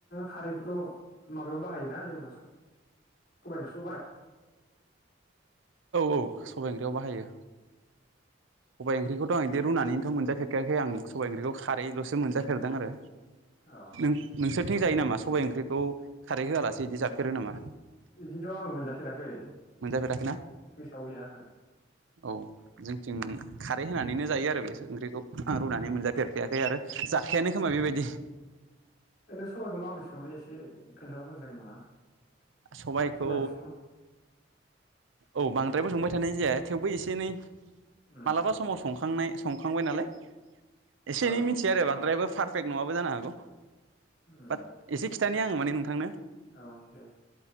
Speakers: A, on the left; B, on the right.
A: खारैखौथ' माबायाव बाहायोना जेनेबा सबाइ ओंख्रि' बाह
B: औ औ सबाइ ओंख्रियाव बाहायो। सबाय ओंख्रिखौथ' आं बे रुनानैथ' मोनजाफेरखायाखै आं सबायाइ ओंरिख्रिखौ खारैलसो मोनजाफेरदों आरो
A: अ औ
B: नों नोंसोर थिं जायो नामा सबबाय ओंख्रिखौ खारै होआलासे बिदि जाफेरो नामा?
A: बिदिथ' आं मोनजाफेराखै
B: मोनजाफेराखै ना
A: गोसोआव गैया ओहो।
B: औ जोंथिं थिं खारै होनानैनो जायो आरो बेसो ओख्रि बेखौ
A: उम
B: आं रुनानै मोनजाफेरखायाखै आरो जाखायानो खोमा बेबायदि।
A: ओरैनो सबाइखौ माबोरै <unintelligible> खोन्थाबा मोजां जागोन नामा
B: सबायखौ
A: सबाय ओंख्रिखौ।
B: औ बांद्रायबो संबाय थानाय जाया थेवबो एसे एनै
A: उम
B: मालाबा समाव संखांनाय संखांबाय नालाय एसे
A: औ
B: एनै मिन्थियो आरो बांद्रायाबो फार फेक नङाबो जानो हागौ।
A: उम
B: बाट एसे खि खिथानि आं माने नोंथांनो।
A: औ दे।